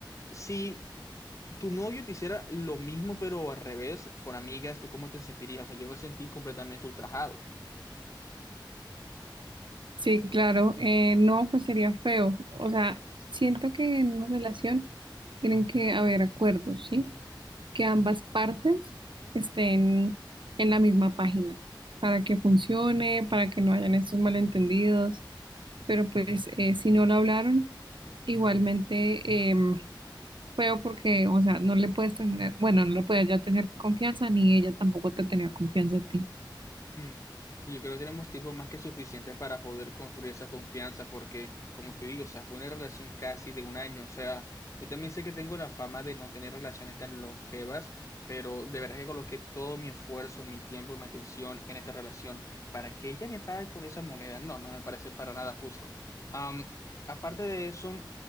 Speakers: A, on the left; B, on the right.
A: sí tu novio te hiciera lo mismo, pero al revés, con amigas, ¿tú cómo te sentirías? O sea, yo me sentí completamente ultrajado.
B: Sí, claro. Eh, no, pues sería feo. O sea, siento que en una relación tienen que haber acuerdos, ¿sí? Que ambas partes estén en la misma página para que funcione, para que no hayan estos malentendidos. Pero pues eh, si no lo hablaron, igualmente em, feo porque, o sea, no le puedes tener, bueno, no le puedes ya tener confianza, ni ella tampoco te tenía confianza a ti.
A: Mm. Yo creo que tenemos tiempo más que suficiente para poder construir esa confianza, porque, como te digo, o sea, fue una relación casi de un año. O sea, yo también sé que tengo la fama de no tener relaciones tan longevas, pero de verdad que coloqué todo mi esfuerzo, mi tiempo y mi atención en esta relación para que ella me pague con esa moneda. No, no me parece para nada justo. Am, aparte de eso,